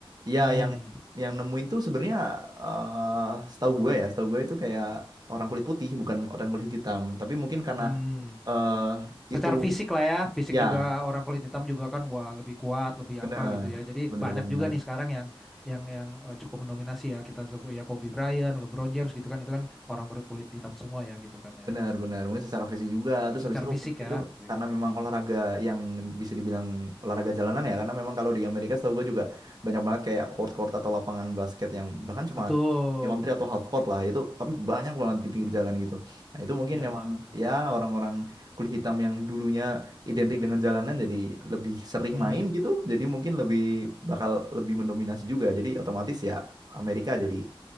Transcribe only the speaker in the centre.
Mm-mm.
Hmm.
Secara fisik lah ya, fisik
juga orang kulit hitam juga kan wah lebih kuat, lebih
apa gitu ya. Jadi
banyak
juga nih sekarang yang yang yang eh, cukup mendominasi ya kita sebut ya Kobe Bryant, LeBron James gitu kan itu kan orang berkulit hitam semua ya gitu kan ya.
Hmm.
Secara
fisik
ya,
physical.
Betul.
Ya,
ya, benar.
Hmm,